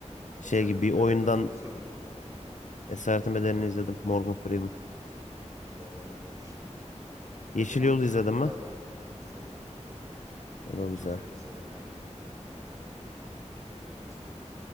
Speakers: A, on the left; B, on the right.
A: Şey
B: Esaretin
A: gibi bir oyundan
B: Bedeli'ni falan izledin mi?
A: Esaretin Bedeli'ni izledim. Morgan Freeman.
B: Ha, iyi bari onu izlemişsin. Öf,
A: Yeşil
B: 12
A: Yol'u izledim
B: Öfkeli
A: mi?
B: Adam izledim.
A: O da
B: Ben
A: güzel.
B: çok film izlerim ya. Yani iz-